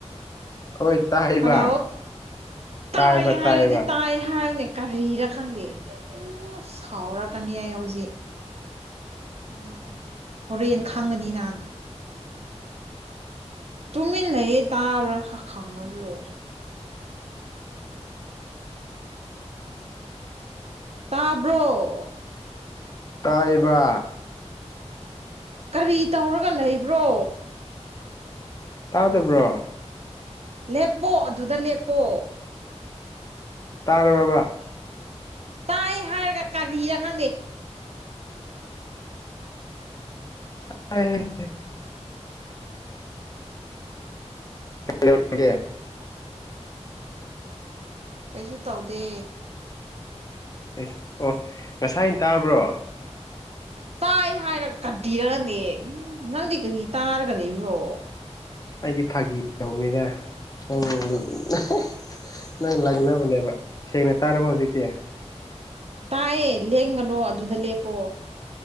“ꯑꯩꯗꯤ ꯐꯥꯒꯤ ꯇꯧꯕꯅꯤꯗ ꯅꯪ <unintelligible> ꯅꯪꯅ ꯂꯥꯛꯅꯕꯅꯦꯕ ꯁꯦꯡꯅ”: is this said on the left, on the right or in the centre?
Left